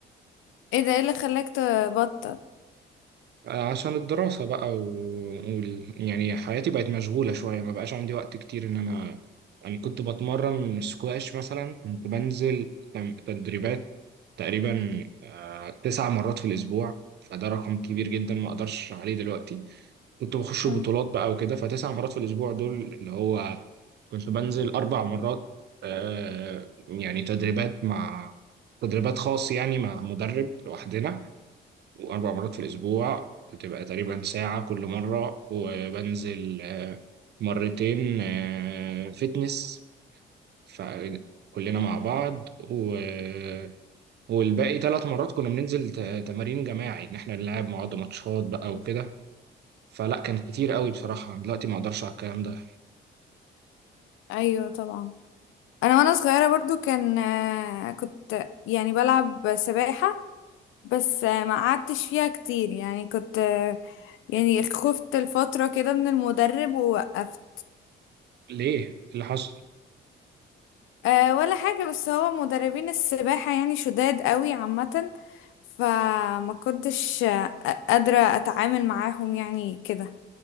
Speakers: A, on the left (about 85°); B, on the right (about 55°).
A: ايه ده ايه اللي خلاك تبطل؟
B: عشان الدراسة بقى و... وال... يعني حياتي بقت مشغولة شوية ما بقاش عندي وقت كتير إن أنا يعني كنت بتمرن سكواش مثلا كنت بنزل تم- تدريبات تقريبا آه، تسع مرات في الأسبوع فده رقم كبير جدا ما أقدرش عليه دلوقتي كنت بخش
A: مم.
B: بطولات بقى وكده فتسع مرات في الأسبوع دول اللي هو كنت بنزل أربع مرات آه، يعني تدريبات مع تدريبات خاص يعني مع مدرب لوحدنا وأربع مرات في الأسبوع بتبقى تقريبا ساعة كل مرة وبنزل آه، مرتين آه، فتنس فكلنا مع بعض و... آه، والباقي ثلاث مرات كنا بننزل ت- تمارين جماعي إن إحنا نلعب مع بعض ماتشات بقى وكده فلا كان كتير قوي بصراحة دلوقتي ما أقدرش على الكلام ده
A: ايوه طبعا انا وانا صغيره برضو كان آه، كنت يعني بلعب سباحه بس آه، ما قعدتش فيها كتير يعني كنت آه، يعني خفت الفتره كده من المدرب ووقفت
B: ليه؟ إيه اللي حصل؟
A: أه ولا حاجه بس هو مدربين السباحه يعني شداد قوي عامه فما كنتش آه، قادره اتعامل معاهم يعني كده